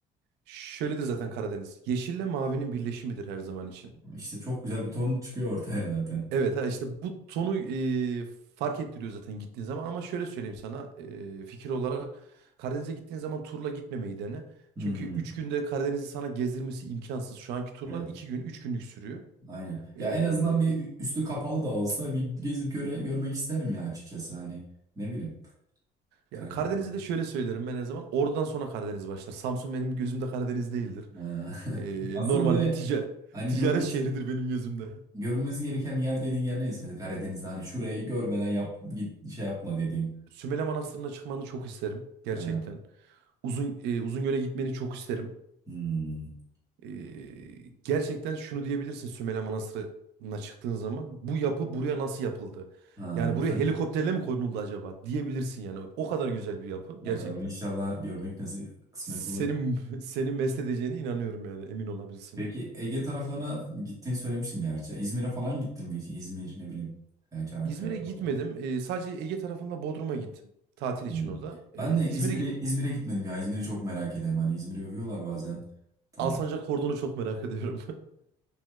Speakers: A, on the right (about 80°); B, on the right (about 20°).
A: Şöyledir zaten Karadeniz. Yeşille mavinin birleşimidir her zaman için.
B: İşte çok güzel bir ton çıkıyor ortaya zaten.
A: Evet ha işte bu tonu e, fark ettiriyor zaten gittiğin zaman ama şöyle söyleyeyim sana e, fikir olarak Karadeniz'e gittiğin zaman turla gitmemeyi dene.
B: Hmm,
A: Çünkü 3 günde Karadeniz'i sana gezdirmesi imkansız. Şu anki turlar
B: evet
A: 2 gün 3 günlük sürüyor.
B: aynen. Ya
A: E,
B: en azından bir üstü kapalı da olsa bir gezip göre, görmek isterim ya açıkçası. Hani ne bileyim. Karadeniz.
A: yani Karadeniz'i de şöyle söylerim ben her zaman oradan sonra Karadeniz başlar. Samsun benim gözümde Karadeniz değildir.
B: Ha. <laughs>
A: E,
B: Asıl
A: normal
B: böyle
A: bir tica
B: hani
A: ticaret
B: görülmesi,
A: şehridir benim gözümde.
B: görülmesi gereken yer dediğin yer neyse. Mesela Karadeniz'de hani şurayı görmeden yap, git şey yapma dediğin.
A: Sümele Manastırı'na çıkmanı çok isterim gerçekten.
B: Ha,
A: Uzun e, Uzungöl'e gitmeni çok isterim.
B: hmm,
A: Ee, gerçekten şunu diyebilirsin Sümele Manastırı'na çıktığın zaman bu yapı buraya nasıl yapıldı?
B: ha.
A: Yani buraya helikopterle mi konuldu acaba diyebilirsin yani. O kadar güzel bir
B: <laughs>
A: yapı
B: Bakalım
A: gerçekten.
B: inşallah görmek nasıl kısmet
A: Senin
B: olur.
A: <laughs> seni mest edeceğine inanıyorum yani emin olabilirsin.
B: Peki Ege taraflarına gittiğini söylemiştin gerçi. İzmir'e falan gittin mi hiç? İzmir ne bileyim. e, Çanakkale
A: İzmir'e gitmedim.
B: falan.
A: Ee, sadece Ege tarafında Bodrum'a gittim. Tatil için
B: Hmm.
A: o da. Ee,
B: Ben de
A: İzmir'e
B: İzmir'e
A: git
B: İzmir'e gitmedim ya. İzmir'i çok merak ediyorum. Hani İzmir'i övüyorlar bazen. Tatil.
A: Alsancak Kordon'u çok merak ediyorum. <laughs>